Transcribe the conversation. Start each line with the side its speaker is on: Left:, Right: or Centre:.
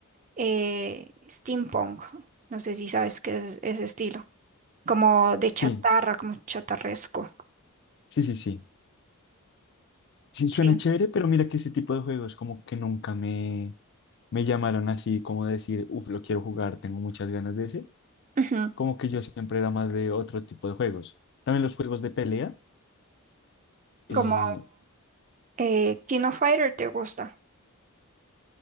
Right: eh, steampunk. No sé si sabes qué es ese estilo. Como de chatarra,
Left: Sí,
Right: como chatarresco.
Left: sí, sí, sí. Sí, suena
Right: Sí.
Left: chévere, pero mira que ese tipo de juegos como que nunca me, me llamaron así como decir, uff, lo quiero jugar, tengo muchas ganas de ese.
Right: Ujú.
Left: Como que yo siempre era más de otro tipo de juegos. También los juegos de pelea, eh,
Right: Como eh, King of Fighter te gusta.